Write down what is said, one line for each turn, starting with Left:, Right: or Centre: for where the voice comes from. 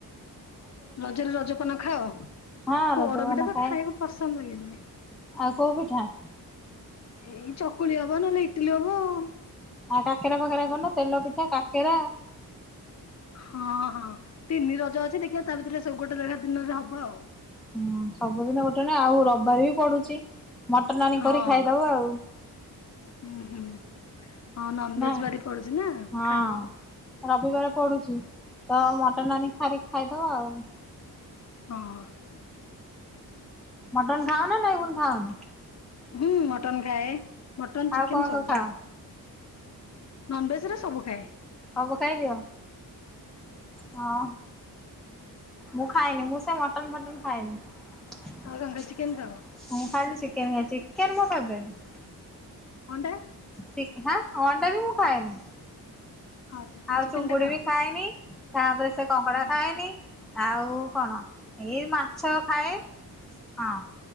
Left: ରଜରେ ରଜପାନ ଖାଅ?
Centre: ହଁ
Left: ପୋଡପିଠା
Centre: ରଜପାନ
Left: ତ
Centre: ଖାଏ
Left: ଖାଇବାକୁ ପସନ୍ଦ ଲାଗେନି।
Centre: ଆଉ କୋଉ ପିଠା?
Left: ସେଇ ଚକୁଳି ହବ ନହେଲେ ଇଟିଲି ହବ ଆଉ।
Centre: ଆଉ କାକେରା ପାକେରା କରୁନ ତେଲ ପିଠା କାକେରା।
Left: ହଁ ହଁ ତିନି ରଜ ଅଛି ଦେଖିବା ତା ଭିତରେ ସବୁ ଗୋଟେ ଜାଗା ଦିନରେ ହବ ଆଉ।
Centre: ହୁଁ ସବୁଦିନ ଗୋଟେ ନ ଆଉ ରବିବାର ବି ପଡୁଛି ମଟନ ଆଣି
Left: ହଁ
Centre: କରି ଖାଇଦବ ଆଉ।
Left: ହୁଁ ହୁଁ ହଁ ନନଭେଜ
Centre: ନା
Left: ବାରି ପଡୁଛି ନା
Centre: ହଁ।
Left: ଖାଇବାକୁ
Centre: ରବିବାର ପଡୁଛି ତ ମଟନ ଆନି ଖାରିକି ଖାଇଦବ ଆଉ।
Left: ହଁ।
Centre: ମଟନ ଖାଅନା ନାଇ କୋଉଠି ଖାଅନି?
Left: ହୁଁ ମଟନ ଖାଏ ମଟନ
Centre: ଆଉ
Left: ଚିକେନ
Centre: କଣ
Left: ସବୁ
Centre: ଖାଅ
Left: ଖାଏ। ନନଭେଜ ର ସବୁ ଖାଏ।
Centre: ସବୁ ଖାଇଦିଅ ହଁ ମୁଁ ଖାଏନି ମୁଁ ସେ ମଟନ ଫଟନ୍ ମୁଁ ଖାଏନି। ମୁଁ
Left: ଆଉ କଣ ଖାଲି ଚିକେନ ଖାଅ
Centre: ଖାଲି ଚିକେନ ଖାଏ ଚିକେ ମୋ ଫେବେରାଇଟି।
Left: ଅଣ୍ଡା।?
Centre: ଶିଖା ଅଣ୍ଡା ବି ମୁଁ ଖାଏନି
Left: ହଁ ଖାଲି
Centre: ଆଉ
Left: ଚିକେନ
Centre: ଚୁଙ୍ଗୁଡି
Left: ଟା ଖାଅ।
Centre: ବି ଖାଏନି। ତାପରେ ସେ କଙ୍କଡା
Left: ହୁଁ
Centre: ଖାଏନି। ଆଉ କଣ ଏଇ ମା- ମାଛ ଖାଏ ହଁ।